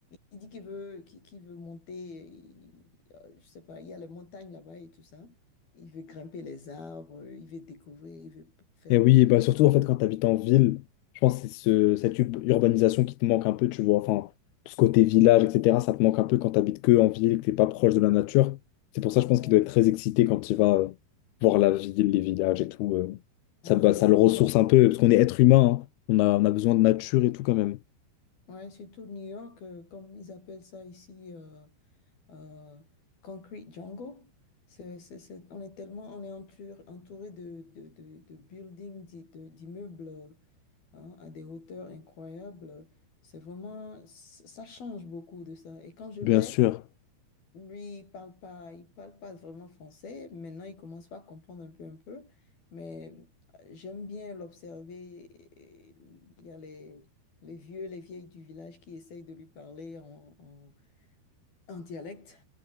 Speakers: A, on the left; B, on the left.
A: Il dit qu'il veut, qu'il qu'il veut monter, il- euh, je sais pas, il y a les montagnes là-bas et tout ça. Il veut grimper les arbres, euh, il veut découvrir, il veut p- faire
B: Et oui,
A: tr-
B: bah
A: plein
B: surtout en fait
A: de
B: quand
A: choses.
B: tu habites en ville, je pense que c'est ce, cette ub- urbanisation qui te manque un peu, tu vois. Enfin, tout ce côté village, etc., ça te manque un peu quand tu habites que en ville, que tu n'es pas proche de la nature. C'est pour ça,
A: Ouais,
B: je pense qu'il doit être très excité quand il va euh, voir la ville, les villages et tout. euh.
A: absolument,
B: Ça, bah, ça le ressource
A: c'est tout.
B: un peu, parce qu'on est être humain, hein. On a, on a besoin de nature et tout quand même.
A: Ouais, surtout New York, euh, comme ils appellent ça ici, euh, euh, Concrete Jungle. C'est, c'est, c'est- on est tellement, on est entour- entouré de, de, de, de buildings, d'i- de- d'immeubles hein, à des hauteurs incroyables. C'est vraiment, ça change beaucoup de ça. Et quand je vais,
B: Bien sûr.
A: lui, il parle pas, il parle pas vraiment français. Maintenant, il commence pas à comprendre un peu, un peu. Mais euh, j'aime bien l'observer. Il y a les, les vieux, les vieilles du village qui essayent de lui parler en, en, en dialecte.